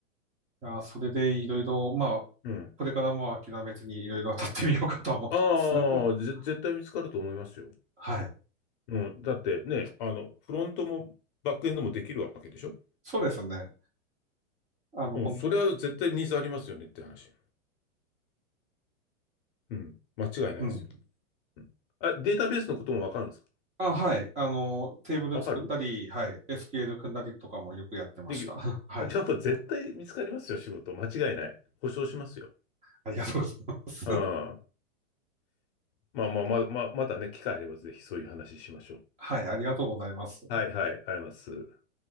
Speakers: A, on the right; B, on the left.
A: いや、それでいろいろ、まあ、
B: うん。
A: これからも諦めずにいろいろ当たってみようかとは思ってます。
B: ああ、
A: <laughs>
B: ぜ絶対見つかると思いますよ。
A: はい。
B: うん。だってね、あの、フロントもバックエンドもできるわけでしょ
A: そうですね。あの、ほん、
B: うん。それは絶対ニーズありますよねって話。うん。間違いないですよ。
A: うん。
B: うん。あ、データベースのこともわかるんですか
A: あ、はい。あの、テーブル作ったり、
B: わかる
A: はい。SQL 組んだりとかもよくやってました。
B: できる。
A: <laughs> はい。
B: じゃあもう絶対見つかりますよ、仕事。間違いない。保証しますよ。
A: ありがとうございます。
B: うん。まあまあまあ、まあ、またね、機会あればぜひそういう話しましょう。
A: はい、ありがとうございます。
B: はいはい、ありがとうございます。